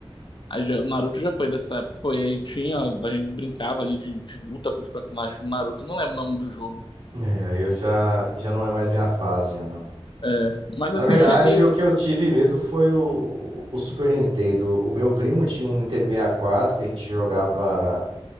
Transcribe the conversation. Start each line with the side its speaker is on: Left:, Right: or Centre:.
Left: Aí já- o Naruto já foi dessa época. Foi aí, tinha. A gente brincava ali de, de luta com os personagens do Naruto. Não lembro o nome do jogo.
Right: É, aí eu já, já não é mais minha fase, já não.
Left: É, mas
Right: Na
Left: assim,
Right: verdade,
Left: cheguei.
Right: o que eu tive mesmo foi o, o Super Nintendo. O meu primo tinha um Nintendo sessenta e quatro que a gente jogava,